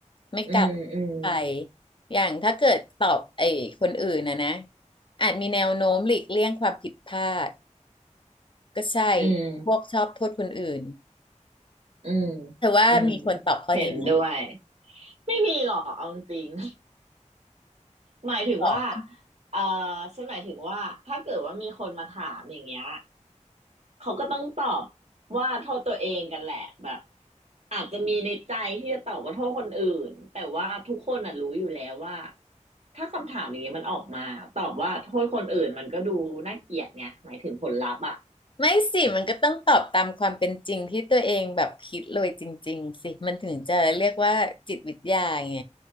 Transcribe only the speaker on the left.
ไม่กลับ
ไปอย่างถ้าเกิดตอบไอ้คนอื่นนะนะอาจมีแนวโน้มหลีกเลี่ยงความผิดพลาดก็ใช่
พวกชอบโทษคนอื่น
เธอว่ามีคนตอบข้อนี้ไหม
ตอบ
ไม่สิมันก็ต้องตอบตามความเป็นจริงที่ตัวเองแบบคิดเลยจริงๆสิมันถึงจะเรียกว่าจิตวิทยาไง